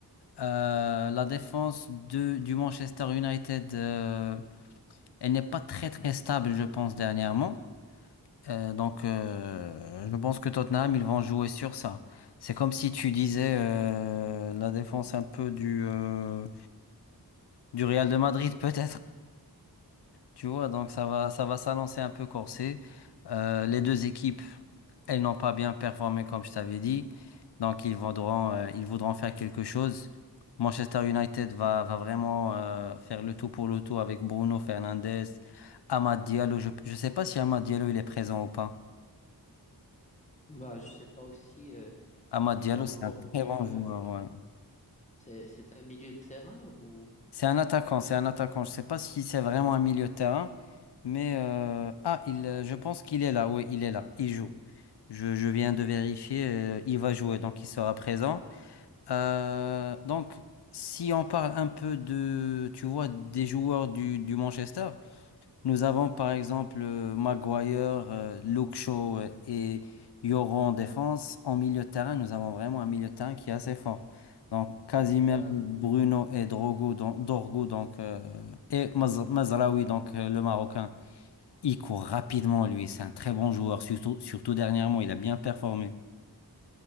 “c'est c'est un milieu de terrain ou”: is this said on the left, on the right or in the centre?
Left